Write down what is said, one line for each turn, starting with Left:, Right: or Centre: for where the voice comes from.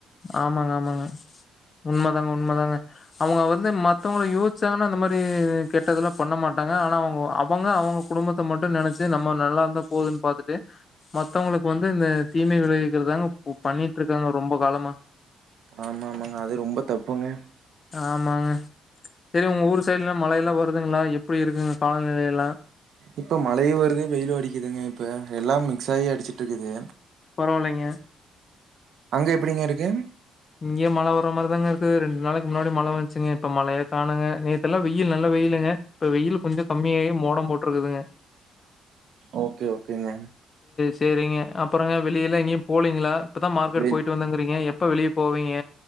Left: ஆமாங்க ஆமாங்க உண்மை தாங்க உண்மை தாங்க அவங்க வந்து மத்தவங்க யோசிச்சாங்கன்னா அந்த மாரி கெட்டதெல்லாம் பண்ண மாட்டாங்க ஆனா அவங்க அவங்க அவங்க குடும்பத்தை மட்டும் நினைச்சு நம்ம நல்லா இருந்தா போகுதுன்னு பாாரத்துட்டு மத்தவங்களுக்கு வந்து இந்த தீமை விளைவிக்கிறதாங்க பண்ணிட்டு இருக்காங்க ரொம்ப காலமா
Right: ஆமா ஆமாங்க அது ரொம்ப தப்புங்க
Left: ஆமாங்க சரி உங்க ஊரு ல மழையல்லாம் வருதுங்களா எப்படி இருக்குங்க காலநிலைய எல்லாம்
Right: இப்ப மழைய வருது வெயில்ம் அடிக்குதுங்க இப்ப எல்லாம் மிக்ஸ் ஆகி அடிச்சிட்டு இருக்குது
Left: பரவால்லைங்க
Right: அங்க எப்படிங்க இருக்கு
Left: இங்கயே மழை வர்ற மாரிதாங்க இருக்குது ரெண்டு நாளைக்கு முன்னாடி மழை வந்துச்சுங்க இப்ப மழையே காணுங்க நேத்தெல்லாம் வெயில் நல்லா வெயிலுங்க இப்ப வெயில் கொஞ்சம் கம்மியாகி மோடம் போட்டுருக்குதுங்க
Right: ஓகே ஓகே க்கங்க
Left: சரிங்க அப்புறங்க வெளில எங்கய போலீங்களா இப்பதான் மார்க்கட்
Right: வெ
Left: போயிட்டு வந்துங்கீங்க இப்ப வெளியே போவீங்க